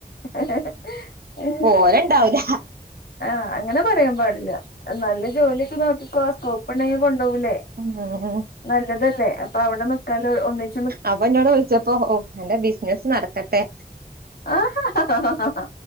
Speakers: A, on the left; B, on the right.
A: ഹെ ഹ്
B: പോര്ണ്ടാവില്ല
A: ആഹ അങ്ങനെ പറയാൻ പാടില്ല നല്ല ജോലിയൊക്കെ നോക്കിക്കോ സ്കോപ്പ് ഉണ്ടെങ്കി കൊണ്ടുപോകിലേ
B: മം മം
A: നല്ലതല്ലേ അപ്പൊ അവിടെ നിക്കാല ഒന്നിച്
B: അപ്പൊ എന്നോട് വിളിച്ചപ്പോ ഓ എന്റെ ബിസിനസ്സ് നടക്കട്ടെ
A: ആ ആഹ ആഹാ